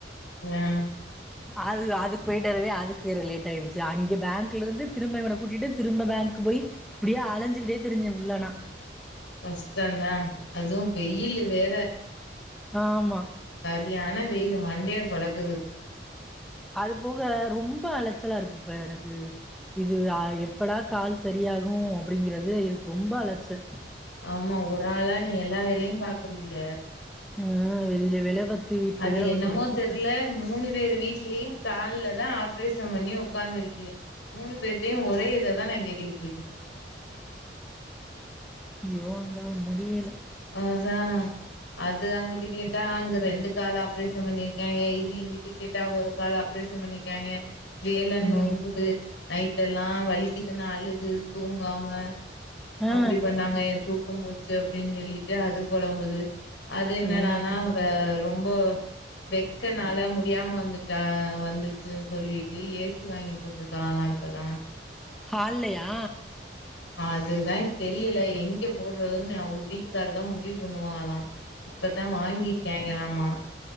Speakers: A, on the left; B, in the centre.
A: உஹ்
B: அது அதுக்கு போய்டட்டுரவே அதுக்கு வேற லேட் ஆயிடுச்சு அங்க பேங்க்ல இருந்து திரும்பவன கூட்டிகிட்டு திரும்ப பேங்க்க் போய் இப்படியா அழஞ்சுக்கிட்டே திரிஞ்சன் உல்லனா
A: கஷ்டம் தான் அதுவும் வெயில் வேற
B: ஆமா
A: சரியான வெயில் மண்டைய பொளக்குது
B: அது போக ரொம்ப அலைச்சலா இருக்கு இப்ப எனக்கு இது அ எப்படா கால் சரியாகும் அப்படிங்கறதுக்கு ரொம்ப அலச்சல்
A: ஆமா ஒரு ஆள்ளா நீ எல்லா வேலையும் பாக்குறீள
B: ஆஹ் வெளிய வேல வீட்ல
A: அது
B: வேல
A: என்னமோ
B: பாத்து சுத்தம்
A: தெரில மூணு பேர் வீட்லயும் கால்ல தான் ஆப்ரேஷன் பண்ணி உக்காந்துருக்கீங்க மூணு பேர்டையும் ஒரே இத தான் நான் கேட்டுட்டு இருக்கேன்
B: யோ அ முடியல
A: அதான் அது அங்கட்டு கேட்டா அங்க ரெண்டு கால் ஆபரேஷன் பண்ணிருக்காங்க இது இங்கட்டு கேட்டா ஒரு கால ஆபரேஷன் பண்ணிருக்காங்க வேல
B: ம்
A: நொங்குது நைட் எல்லாம் வலிக் இது நாலு தூங்காம
B: ஆ
A: அப்படி பண்ணாங்க என் து தூக்கம் போச்சு அப்படின்னு சொல்லி அது போலம்புது அது என்னடானா
B: ஆ
A: ரொம்ப வெக்கனால முடியாம வந்து ஆ வந்துச்சுன்னு சொல்லிட்டு ஏசி வாங்கி போட்டுருக்காலாம் இப்பதான்
B: ஹால்லையா
A: அதுதான் தெரியல எங்க போடுறதுன்னு அவங்க வீட்டுக்கார தான் முடிவுக்குண்ணுவான்கலா இப்பதான் வாங்கிருக்காங்களாமா